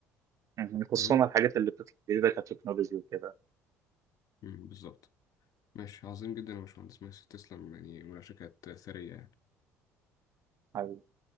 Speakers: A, on the right; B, on the left.
A: <laughs>
B: تمام؟
A: خصوصا الحاجات اللي بتطلع جديده كتكنولوجي وكده
B: مم، بالظبط ماشي عظيم جدا يا باشمهندس ماشي تسلم يعني مناقشة كانت ثرية يعني
A: أيوه.